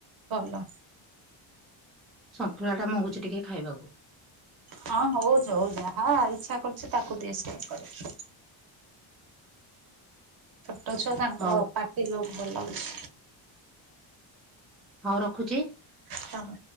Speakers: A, on the right; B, in the centre.
A: ଭଲ।
B: ସନ୍ତୁଳାଟା ମଗୁଛି ଟିକେ ଖାଇବାକୁ।
A: ହଁ ହଉଛ ହଉ ଯାହା ଇଚ୍ଛା କରୁଛି ତାକୁ ଦେଇ ସେ କରିକି। ଛୋଟ ଛୁଆ ତାଙ୍କ
B: ହଉ
A: ପାଟି ଯଉଠି ଭଲ ଲାଗୁଛି।
B: ହଁ ରଖୁଛି।
A: ହଁ।